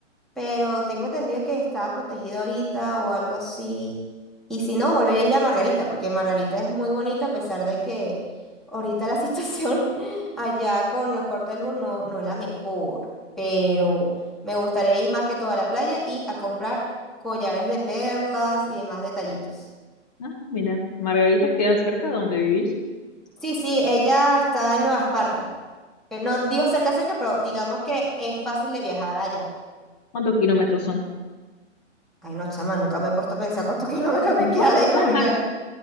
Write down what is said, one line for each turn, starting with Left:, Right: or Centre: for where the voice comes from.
Centre: pero tengo entendido que estaba protegido ahorita o algo así. Y si no, volver a ir a Margarita, porque Margarita es muy bonita a pesar de que ahorita la <laughs> situación allá con los cortes de luz no, no es la mejor. Pero me gustaría ir más que todo a la playa y a comprar collares de perlas y demás detallitos.
Left: Ah, mira, Margaritas queda cerca de donde vivís.
Centre: Sí, sí, ella está en Nueva Esparta. Eh, no digo cerca, cerca, pero digamos que es fácil de viajar allá.
Left: ¿Cuántos kilómetros son?
Centre: Ay, no, chama, nunca me he puesto a pensar cuántos <laughs> kilómetros me
Left: <laughs>
Centre: queda de Vargas.